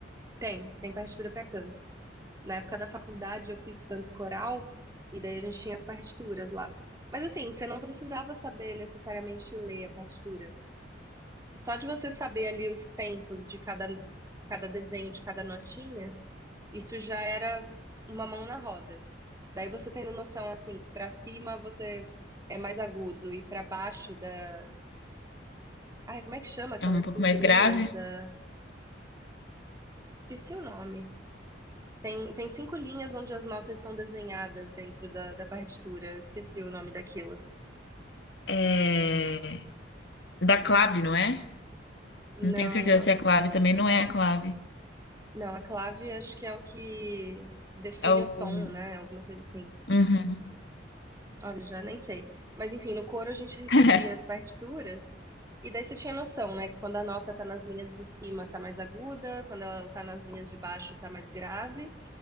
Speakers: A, on the right; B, on the left.
A: Tem, tem partitura para canto. Na época da faculdade eu fiz canto coral, e daí a gente tinha as partituras lá. Mas assim, você não precisava saber necessariamente ler a partitura. Só de você saber ali os tempos de cada, cada desenho, de cada notinha, isso já era uma mão na roda. Daí você tendo noção, assim, que pra cima você é mais agudo e pra baixo da. Ai, como é que chama aquelas
B: É um pouco
A: cinco
B: mais
A: linhas
B: grave.
A: da. Esqueci o nome. Tem, tem cinco linhas onde as notas são desenhadas dentro da, da partitura. Eu esqueci o nome daquilo.
B: É... Da clave, não é?
A: Não,
B: Não tenho certeza se é a clave, também não é a clave.
A: não, a clave acho que é o que define
B: É o.
A: o tom, né? Alguma coisa assim.
B: Uhum.
A: Olha, já nem sei. Mas enfim, no coro a gente recebia
B: <laughs>
A: as partituras e daí você tinha noção, né, que quando a nota tá nas linhas de cima tá mais aguda, quando ela tá nas linhas de baixo tá mais grave.